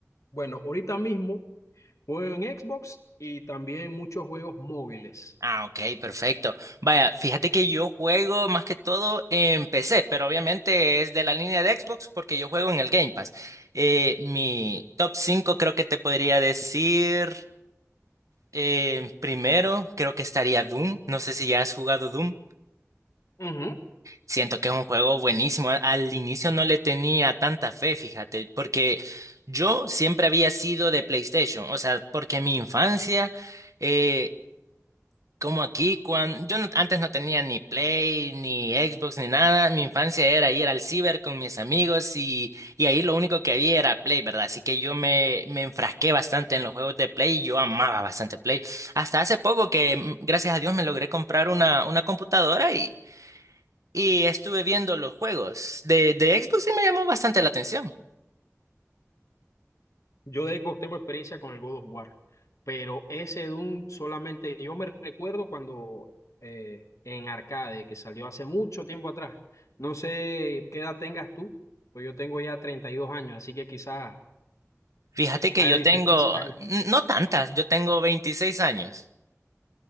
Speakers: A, on the left; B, on the right.
A: Bueno, ahorita mismo juego en Xbox y también muchos juegos móviles.
B: Ah, ok, perfecto. Vaya, fíjate que yo juego más que todo en PC, pero obviamente es de la línea de Xbox porque yo juego en el Game Pass. Eh, mi top 5, creo que te podría decir, eh, primero creo que estaría Doom. No sé si ya has jugado Doom.
A: Ujú.
B: Siento que es un juego buenísimo. Al al inicio no le tenía tanta fe, fíjate, porque yo siempre había sido de PlayStation, o sea, porque mi infancia... eh, Como aquí, cuando yo no- antes no tenía ni Play, ni Xbox, ni nada. Mi infancia era ir al ciber con mis amigos y, y ahí lo único que había era Play, ¿verdad? Así que yo me, me enfrasqué bastante en los juegos de Play y yo amaba bastante Play. Hasta hace poco que, mm, gracias a Dios, me logré comprar una, una computadora y, y estuve viendo los juegos de, de Xbox y me llamó bastante la atención.
A: Yo de Xbox tengo experiencia con el God of War, pero ese Doom solamente yo me recuerdo cuando eh, en arcade, que salió hace mucho tiempo atrás. No sé qué edad tengas tú, pues yo tengo ya 32 años, así que quizás
B: Fíjate que
A: haya
B: yo
A: diferencia
B: tengo,
A: ahí.
B: n- no tantas, yo tengo 26 años.